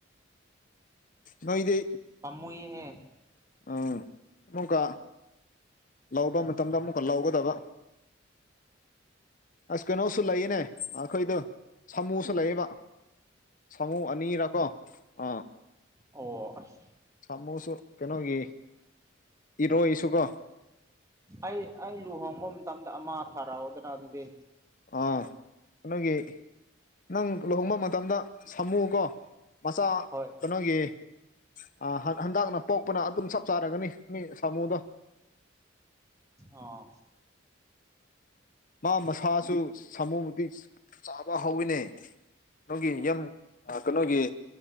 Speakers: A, on the left; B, on the right.
A: ꯅꯣꯏꯗꯤ
B: ꯄꯥꯝꯃꯨꯏꯍꯦ
A: ꯎꯝ ꯑꯃꯨꯛꯀ ꯂꯧꯕ ꯃꯇꯝꯗ ꯑꯃꯨꯛꯀ ꯂꯧꯒꯗꯕ ꯑꯁ ꯀꯩꯅꯣꯁꯨ ꯂꯩꯌꯦꯅꯦ ꯑꯩꯈꯣꯏꯗ ꯁꯥꯃꯨꯁꯨ ꯂꯩꯌꯦꯕ ꯁꯥꯃꯨ ꯑꯅꯤꯔꯥꯀꯣ ꯑꯥ
B: ꯑꯣ ꯑꯁ
A: ꯁꯥꯃꯨꯁꯨ ꯀꯩꯅꯣꯒꯤ ꯏꯔꯣꯏꯁꯨꯀꯣ
B: ꯑꯩ ꯑꯩ ꯂꯨꯍꯣꯡꯕ ꯃꯇꯝꯗ ꯑꯃ ꯊꯥꯔꯛꯑꯣꯗꯅ ꯑꯗꯨꯗꯤ
A: ꯑꯥ ꯅꯣꯏꯒꯤ ꯅꯪ ꯂꯨꯍꯣꯡꯕ ꯃꯇꯝꯗ ꯁꯥꯝꯃꯨꯀꯣ ꯃꯆꯥꯥ
B: ꯍꯣꯏ
A: ꯀꯩꯅꯣꯒꯤ ꯑꯥ ꯍꯟꯗꯛꯅ ꯄꯣꯛꯄꯅ ꯑꯗꯨꯝ ꯆꯞ ꯆꯥꯔꯒꯅꯤ ꯃꯤ ꯁꯥꯃꯨꯗꯣ
B: ꯑꯥ
A: ꯃꯥ ꯃꯁꯥꯁꯨ ꯁꯃꯨꯕꯨꯗꯤ ꯆꯥꯕ ꯍꯧꯋꯤꯅꯦ ꯅꯪꯒꯤ ꯌꯨꯝ ꯑꯥ ꯀꯩꯅꯣꯒꯤ